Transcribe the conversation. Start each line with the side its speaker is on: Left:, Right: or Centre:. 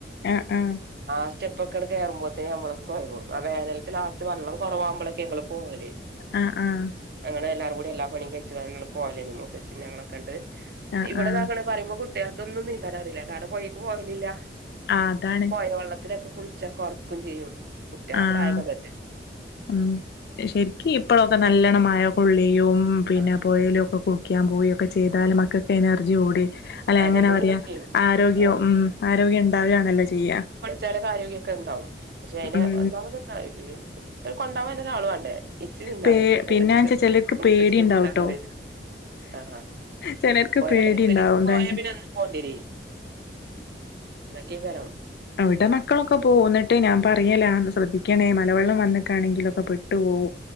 Left: ആ ആഹ്
Right: ആ സ്റ്റെപ്പൊക്കെട് കേറുമ്പോത്ത്ന് ഞമ്മള് കൊയങ്ങും ആ വേനൽത്തെ ലാസ്റ്റ് വെള്ളം കൊറവാകുമ്പളൊക്കെ ഞങ്ങള് പോവല്.
Left: ആഹ് ആഹ്
Right: ഞങ്ങള് എല്ലാരും കൂടി എല്ലാ പണിം കഴിച്ച്കണ്ട് പോവലേനി മൂത്തച്ഛിം ഞങ്ങളെ ഒക്കണ്ട്.
Left: ആഹ്
Right: ഇവടെ
Left: ആഹ്
Right: താക്ക്ണ് പറയുമ്പ കുട്ട്യൾക്കൊന്നും നീന്താൻ അറിയില്ല കാരണം പൊഴേക്ക് പോവലില്ല.
Left: ആഹ് അതാണ്
Right: പോയാല് വെള്ളത്തിലൊക്കെ കുളിച്ചാ കറുക്കും ചെയ്യും കുട്ട്യളെ
Left: ആഹ്
Right: പ്രായം ഇപ്പതല്ലെ.
Left: ഉം ശരിക്കും ഇപ്പഴൊക്കെ നല്ലോണം മഴ കൊള്ളിയും പിന്നെ.
Right: ആ
Left: പൊഴേലു ഒക്കെ കുളിക്കാൻ പോയൊക്കെ ചെയ്താൽ മക്കക്ക് എനർജി കൂടി അല്ലെ
Right: അയന്നെ
Left: എങ്ങനെ പറയാ
Right: കൂടെ ചെയ്യും
Left: ആരോഗ്യോ
Right: ആ
Left: ഉം ആരോഗ്യം ഇണ്ടാവാണല്ലോ ചെയ്യ
Right: ചെലക ആരോഗ്യ ഒക്കെ ഇണ്ടാവും പക്ഷെ അയിന്
Left: ഉം
Right: ഒന്നാമത് എന്താ കൊണ്ടാവാൻ ഒരാള് വാണ്ടേ? ഇച്ച് നീന്താ
Left: പേ
Right: അറീല്ല മൂത്തച്ചിക്ക്
Left: പിന്നെച്ചാ ചിലർക്ക്
Right: മൂത്തച്ചിക്ക്
Left: പേടി ഉണ്ടാവുട്ടോ
Right: നീന്താൻ അറീല്ല. ആ ഹാ
Left: ചിലർക്ക്
Right: ഒരട്തി
Left: പേടിണ്ടാവും
Right: ഒരീ
Left: എന്താച്ച
Right: പോയാ പിന്നെ എന്ന് പോണ്ടിരെ അതൊക്കെയ്കാരം.
Left: അവിടെ മക്കളൊക്കെ പോവോന്ന് ട്ട് ഞാൻ പറയലാ ശ്രദ്ധിക്കണേ മലവെള്ളം വന്നിക്കാണെങ്കിലൊക്കെ പെട്ടു പോവും.